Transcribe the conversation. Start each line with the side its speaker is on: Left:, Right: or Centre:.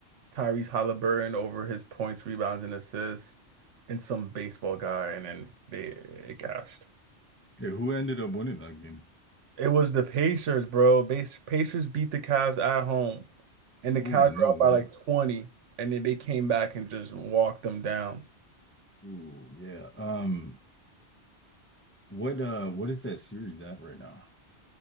Right: Tyrese Halliburton over his points, rebounds, and assists, and some baseball guy, and then they it cashed.
Left: Yeah, who ended up winning that game?
Right: It was the Pacers, bro. Bas Pacers beat the Cavs at home, and the Cavs
Left: Oh, no
Right: were up
Left: way.
Right: by like 20, and then they came back and just walked them down.
Left: Oh, yeah. Um, what uh what is that series at right now?